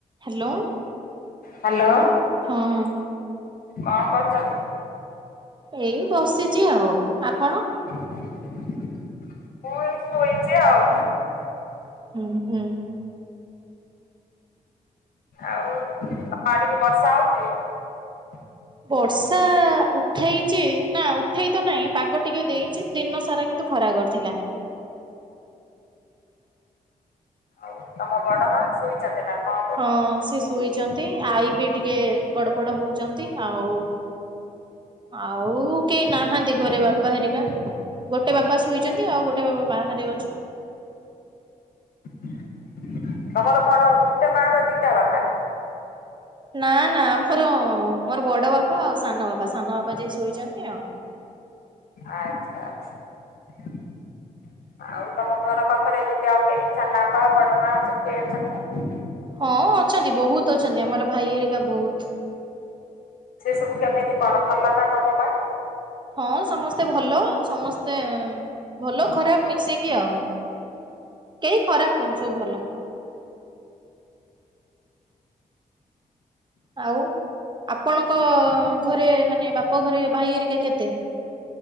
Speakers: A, on the right; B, on the left.
A: Hello
B: hello.
A: ହଁ।
B: କଣ କରୁଛନ୍ତି?
A: ଏଇ ବସିଛି ଆଉ ଆପଣ?
B: ମୁଁ ଏଇ ଶୋଇଛି ଆଉ।
A: ହୁଁ ହୁଁ।
B: ଆଉ ତମ ଆଡିକି ବର୍ଷା ହଉଛି? ହଁ
A: ବର୍ଷା ଉଠେଇଛି ନା ଉଠେଇ ତ ନାହିଁ ପାଗ ଟିକେ ଦେଇଛି ଦିନ ସାରା କିନ୍ତୁ ଖ ରା କରିଥିଲା।
B: ଆଉ। ତମ ବଡ ମା ଶୋଇଛନ୍ତି ନା କଣ କରୁଛନ୍ତି?
A: ହଁ ସେ ଶୁଇଚନ୍ତି ଆଈ ବି ଟିକ କେ ଗଡ଼ ପଡ଼ ହଉଛନ୍ତି ଆଉ। ଆଉ କେହି ନାହାନ୍ତି ଘରେ ବାପା ହେରିକା। ଗୋଟେ ବାପା ଶୋଇଛନ୍ତି ଆଉ ଗୋଟେ ବାପା ବାହାରେ ଅଛନ୍ତି।
B: <inaudible> ତମର କଣ ଗୋଟେ ମା ର ଦିଟା ବାପା ନା।
A: ନା ନା ଆମର ମୋର ବଡ ବାପା ଆଉ ସାନ ବାପା ସାନ ବାପା ଯିଏ ସୋଇଛନ୍ତି ଆଉ।
B: ଆଚ୍ଛା ଆଚ୍ଛା। ଆଉ ତମ ଘର ପାଖରେ ଏମିତି ଆଉ କେହି ସାନାପା ବଡ ମା ସବୁ କେହି ଅଛନ୍ତି ନା।
A: ହଁ ଅଛନ୍ତି ବହୁତ ଅଛନ୍ତି ଆମର ଭାଇ ହେରିକା ବହୁତ।
B: ସେ ସବୁ କେମିତି କଣ ଭଲ ନା ତମ ପାଇଁ।
A: ହଁ ସମସ୍ତେ ଭଲ ସମସ୍ତେ ଭଲ ଖରାପ ମିଶିକି ଆଉ। କେହି ଖରାପ ନୁହନ୍ତି ସବୁ ଭଲ। ଆଉ। ଆପଣଙ୍କ ଘରେ ମାନେ ବାପ ଘରେ ଭାଇ ହେରିକା କେତେ?